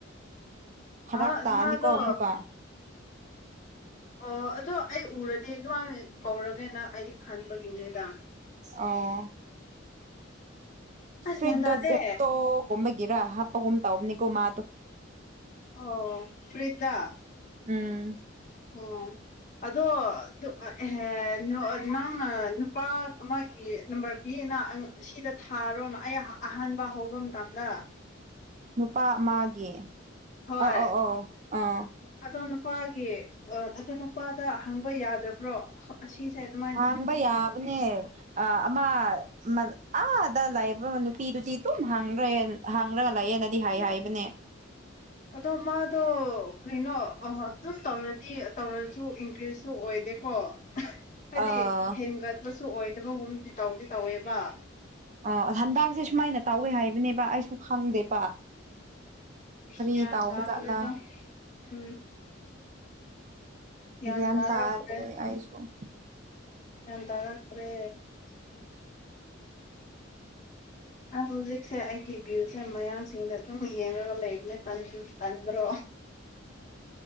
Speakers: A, on the right (about 40°); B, on the left (about 40°).
A: ꯐꯔꯛ
B: ꯑꯥ
A: ꯇꯥꯅꯤꯀꯣ
B: ꯃꯥꯗꯣ
A: ꯑꯃꯨꯛꯀ
B: ꯑꯣ ꯑꯗꯣ ꯑꯩ ꯎꯔꯗꯤ ꯗꯨꯃꯥꯏꯃꯤꯟ ꯀꯧꯔꯒꯦꯅ ꯑꯩꯗꯤ ꯈꯟꯕꯒꯤꯅꯦꯗ
A: ꯑꯧ
B: ꯑꯁ
A: ꯐ꯭ꯔꯤꯠꯗꯣ
B: ꯒ꯭ꯌꯥꯟ ꯇꯥꯗꯦ
A: ꯖꯦꯞꯇꯣ ꯒꯨꯝꯕꯒꯤꯔ ꯍꯥꯞꯄꯒꯨꯝ ꯇꯧꯕꯅꯤꯀꯣ ꯃꯥꯗꯣ
B: ꯑꯧ ꯐ꯭ꯔꯤꯠꯗ
A: ꯎꯝ
B: ꯑꯣ ꯑꯗꯣ ꯗꯨ ꯑ ꯑꯦꯍꯦ ꯅꯣꯛꯑꯗꯤꯅꯪ ꯅ ꯅꯨꯄꯥꯛ ꯑꯃꯒꯤ ꯅꯝꯕꯔ ꯄꯤꯌꯦꯅ ꯑꯩꯉ ꯁꯤꯗ ꯊꯥꯔꯣꯅ ꯑꯩ ꯑꯍꯥꯟꯕ ꯍꯧꯕ ꯃꯇꯝꯗ
A: ꯅꯨꯄꯥ ꯑꯃꯥꯒꯤ
B: ꯍꯣꯏ
A: ꯑ ꯑꯧ ꯑꯧ ꯑꯥ
B: ꯑꯗꯣ ꯅꯨꯄꯥꯒꯤ ꯑꯣ ꯑꯗꯣ ꯅꯨꯄꯥꯗ ꯍꯪꯕ ꯌꯥꯗꯕ꯭ꯔꯣ ꯍꯛ ꯑꯁꯤꯁꯦ ꯑꯗꯨꯃ
A: ꯍꯥꯡꯕ ꯌꯥꯕꯅꯦ ꯑ ꯑꯃ ꯃꯗ ꯑꯥꯗ ꯂꯩꯏꯕ ꯅꯨꯄꯤꯗꯨꯗꯤ ꯇꯨꯝ ꯍꯪꯒ꯭ꯔꯦ ꯍꯪꯔꯒ ꯂꯩꯌꯦꯅꯗꯤ ꯍꯥꯏ ꯍꯥꯏꯕꯅꯦ
B: ꯑꯗꯣ ꯃꯥꯗꯣ ꯀꯩꯅꯣ ꯑꯍ ꯆꯨꯝ ꯇꯧꯔꯗꯤ ꯇꯧꯔꯁꯨ ꯏꯟꯀ꯭ꯔ꯭ꯤꯖꯁꯨ ꯑꯣꯏꯗꯦꯀꯣ ꯑꯍꯥ ꯍꯥꯏꯗꯤ
A: ꯑ
B: ꯍꯦꯟꯒꯠꯄꯁꯨ ꯑꯣꯏꯗꯕꯒꯨꯝꯗꯤ ꯇꯧꯗꯤ ꯇꯧꯋꯦꯕ
A: ꯑꯣ ꯑꯍꯟꯗꯛꯁꯦ ꯁꯨꯃꯥꯏꯅ ꯇꯧꯋꯦ ꯍꯥꯏꯕꯅꯦꯕ ꯑꯩꯁꯨ ꯈꯪꯗꯦꯕ
B: ꯎ꯭ꯨꯁ
A: ꯀꯔꯤ
B: ꯀ꯭ꯌꯥꯟ
A: ꯇꯥꯎꯕ
B: ꯇꯥꯗ꯭ꯔꯦꯗ
A: ꯖꯥꯠꯂꯥ
B: ꯎꯝ ꯌꯥꯟ
A: ꯒ꯭ꯌꯥꯟ
B: ꯇꯥꯔꯛꯇ꯭ꯔꯦ
A: ꯇꯥꯗ꯭ꯔꯦ ꯑꯩꯁꯨ
B: ꯌꯥꯟ ꯇꯥꯔꯛꯇ꯭ꯔꯦ ꯑ ꯍꯧꯖꯤꯛꯁꯦ ꯑꯩꯒꯤ ꯕꯤꯜꯁꯦ ꯃꯌꯥꯡꯁꯤꯡꯗ ꯑꯗꯨꯝ ꯌꯦꯡꯔꯒ ꯂꯩꯕꯅꯦ ꯇꯟ ꯇꯟꯗ꯭ꯔꯣ